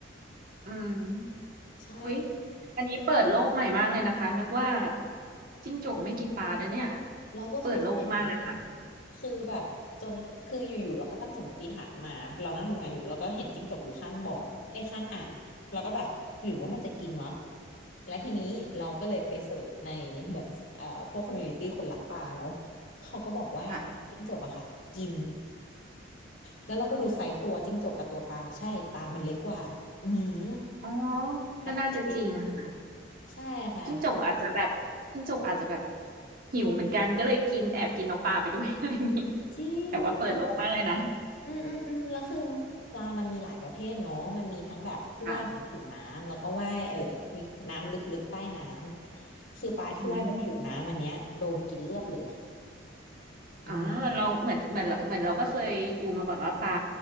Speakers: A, on the right; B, on the left.
A: อืม
B: ใช่
A: วิอยอันนี้เปิดโลกใหม่มากเลยนะคะนึกว่าจิ้งจกไม่กินปลาด้วยเนี่ย
B: เราก็เคยคิดอย่างนั้น
A: เปิดโลกมากเลยค่ะ
B: คือแบบจนคืออยู่ๆเราก็ตั้งสมมติฐานมาเรานั่งทำงานอยู่เราก็เห็นจิ้งจกอยู่ข้างบ่อไอ้ยข้างอ่างเราก็แบบหรือว่ามันจะกินวะแล้วทีนี้เราก็เลยไปเสิร์ชในเหมือนเอ่อพวกคอมมูนิตี้คนรักปลาเนาะเขาก็บอกว่าจิ้งจกอะค่ะกิน
A: ค่ะ
B: แล้วเราก็ดูไซส์ตัวจิ้งจกกับตัวปลาใช่ปลามันเล็กกว่าอืม
A: อ๋อ
B: ชัดเจน
A: ก็น่าจะจริงนะคะ
B: ใช่ค่ะ
A: จิ้งจกอาจจะแบบจิ้งจกอาจจะแบบหิวเหมือนกันก็เลยกินแอบกินน้องปลาไปด้วย <laughs> อะไรอย่างนี้
B: จริง
A: แต่ว่าเปิดโลกมากเลยนะ
B: อืมอืมอืมแล้วคือปลามันมีหลายประเภทเนาะมันมีทั้งแบบที่ว่ายบนผิวน้ำแล้วก็ว่ายเออที่น้ำลึกๆใต้น้
A: ค่ะ
B: ำคือปลาที่ว่ายบนผิวน้ำอันเนี้ยโดนกินเรียบเลย
A: อืม
B: อืม
A: อ่าเราเหมือนเหมือนเราเหมือนเราก็เคยดูมาก่อนว่าปลา